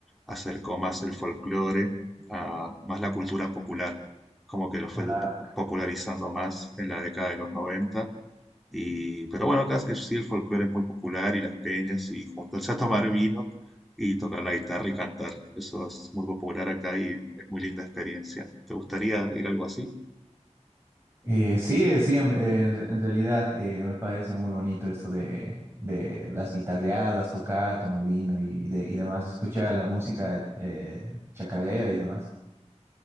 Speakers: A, in the centre; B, on the right.
A: acercó más el folclore a más la cultura popular, como que lo fue
B: Ah,
A: po- popularizando más en la década de los noventa Y, pero bueno, acá es- sí el folclore es muy popular y las peñas y juntarse a tomar vino y tocar la guitarra y cantar. Eso es muy popular acá y es muy linda experiencia. ¿Te gustaría ir a algo así?
B: eh, sí, eh, sí, en, eh, en- re- en realidad eh, me parece muy bonito esto de, de las guitarreadas, tocar, tomar vino y, y de- y demás, escuchar la música eh, chacarera y demás.